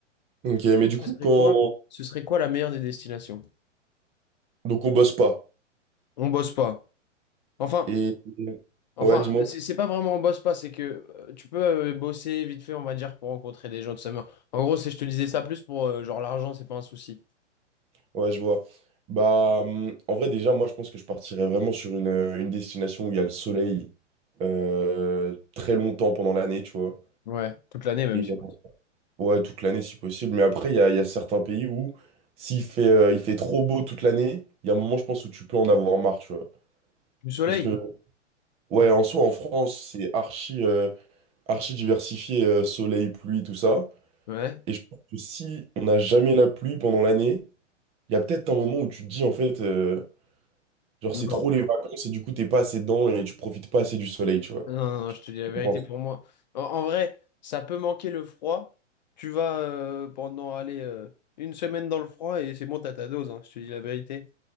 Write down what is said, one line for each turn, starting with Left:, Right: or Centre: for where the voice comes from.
Right: Ok, mais du coup,
Left: Ce serait
Right: quand...
Left: quoi? Ce serait quoi la meilleure des destinations?
Right: Donc on bosse pas.
Left: On bosse pas. Enfin,
Right: Et...
Left: Enfin,
Right: Ouais, dis-moi.
Left: euh, c'est c'est pas vraiment on bosse pas, c'est que euh, tu peux euh, bosser vite fait, on va dire, pour rencontrer des gens, tout ça. mais En gros, c'est, je te disais ça plus pour euh, genre l'argent, c'est pas un souci.
Right: Ouais, je vois. Bah, hum, en vrai, déjà, moi, je pense que je partirais vraiment sur une, euh, une destination où il y a le soleil euh, très longtemps pendant l'année, tu vois.
Left: Ouais, toute l'année même,
Right: Et,
Left: si
Right: euh,
Left: possible.
Right: ouais, toute l'année si possible. Mais après, il y a, il y a certains pays où s'il fait, euh, il fait trop beau toute l'année, il y a un moment, je pense, où tu peux en avoir marre, tu vois.
Left: Du soleil?
Right: Parce que, ouais, en soi, en France, c'est archi, euh, archi diversifié, euh, soleil, pluie, tout ça.
Left: Ouais.
Right: Et je pense que si on n'a jamais la pluie pendant l'année, il y a peut-être un moment où tu te dis, en fait, euh, genre,
Left: Non.
Right: c'est trop les vacances et du coup, t'es pas assez dedans et tu profites pas assez du soleil, tu vois.
Left: Non, non, non, je te dis la vérité
Right: Je pense.
Left: pour moi. En, en vrai, ça peut manquer le froid. Tu vas euh, pendant, aller une semaine dans le froid et c'est bon, t'as ta dose, hein, je te dis la vérité.